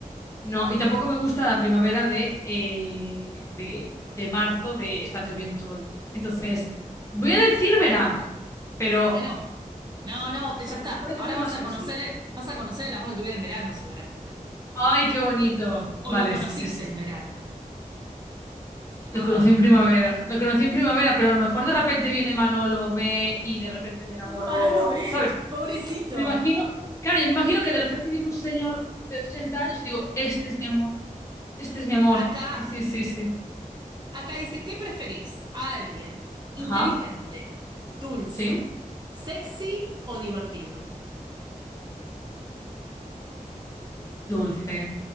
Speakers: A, on the left; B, on the right.
A: no. Y tampoco me gusta la primavera de, eh, de, de marzo, de estar lloviendo todo el día. Entonces, voy a decir verano, pero
B: Bueno, no, no, te- ya está.
A: se pueden
B: Ahora
A: hacer
B: vas
A: más
B: a
A: cositas.
B: conocer el, vas a conocer el amor de tu vida en verano, seguramente.
A: ¡Ay, qué bonito! Vale,
B: O lo conociste
A: sí, sí, sí, sí.
B: en verano. A
A: Lo conocí
B: ver.
A: en primavera. Lo conocí en primavera, pero a lo mejor de repente viene Manolo, ve y de repente me enamoro,
B: Manolo ve,
A: ¿sabes?
B: pobrecito.
A: Me imagino, claro, yo me imagino que de repente viene un señor de 80 años y digo, este es mi amor, este es mi amor.
B: Acá,
A: Sí, sí, sí, sí.
B: acá dice, ¿qué preferís? ¿A alguien inteligente,
A: Ajá,
B: dulce,
A: sí.
B: sexy o divertido?
A: Dulce,